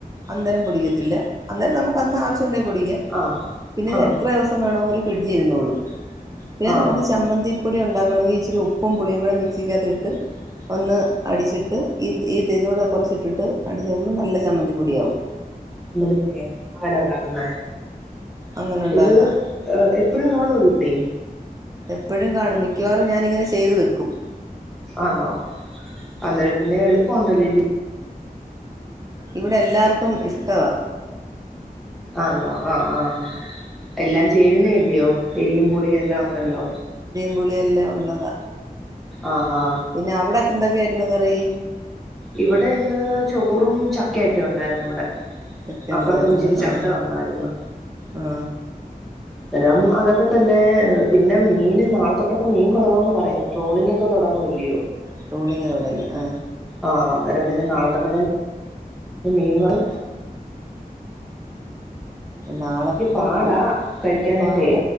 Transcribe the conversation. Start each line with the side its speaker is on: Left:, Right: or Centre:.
Right: അന്നരം പൊടിക്കത്തില്ല അന്നേരം നമുക്ക് അന്ന ആവശ്യ ണ്ടെ പൊടിക്കാം
Centre: ആഹ്
Right: പിന്നെ ഇത്
Centre: ആഹ്
Right: എത്ര ദവസം വേണെങ്കിലും ഫ്രിഡ്ജ് ഇരുന്നോളും പിന്നെ
Centre: ആഹ്
Right: നമക്ക് ചമ്മന്തി പൊടി ഉണ്ടാക്കണങ്കി ഇച്ചിരി ഉപ്പും പുളിയും കൂടെ മിക്സിക്കകത്തിട്ട് ഒന്ന് അടിച്ചിട്ട് ഈ ഈ ഇതൂടെ കൊറച്ച് ഇട്ടിട്ട് അടിച്ച നല്ല ചമ്മന്തിപ്പൊടിയാകും
Centre: അങ്ങനെ ഉണ്ടാക്കുന്ന
Right: അങ്ങനെ ഉണ്ടാക്കാം
Centre: ഇത് എപ്പഴും കാണോ വീട്ടി
Right: എപ്പഴും കാണും മിക്കവാറും ഞാനിങ്ങനെ ചെയ്തു വെക്കും
Centre: ആണോ അന്നേരം പിന്നെ എളുപ്പം ഉണ്ടല്ലോ ലി
Right: ഇവിടെ എല്ലാർക്കും ഇഷ്ടവ
Centre: ആണോ ആഹ ആഹ എല്ലാം ചേരുന്നേ ല്യോ എരിയും പുളിയും എല്ലാം ഉണ്ടല്ലോ
Right: പുളിയെല്ലാം ഉള്ളത
Centre: ആഹാ
Right: പിന്നെ അവിടെക്കെ എന്തൊക്കെയായിരുന്നു കറി
Centre: ഇവിടെ ഇന്ന് ചോറും ചക്കയൊക്കെ ഉണ്ടായിരുന്നു ഇവിടെ
Right: ചക്ക
Centre: അപ്പുറത്തൊന്ന്
Right: ഉണ്ടായിരുന്നു
Centre: ഇച്ചിരി ചക്ക
Right: ആ
Centre: തന്നായിരുന്നു
Right: ആ
Centre: അന്നരം അതൊക്കെ തന്നെ പിന്നെ മീൻ നാളത്തൊട്ടൊക്കെ മീൻ കുറവാന്ന് പറയുന്നത് ട്രോളിംഗ് ഒക്കെ തുടങ്ങല്ലേ
Right: ട്രോളിങ് തുടങ്ങി ആ
Centre: ആ അന്നേരം പിന്നെ നാളത്തൊട്ടക്ക അത് മീൻകറി
Right: നാളത്തൊട്ട്
Centre: പാടാ കഴിക്കാനൊക്കെ
Right: ഇപ്പാട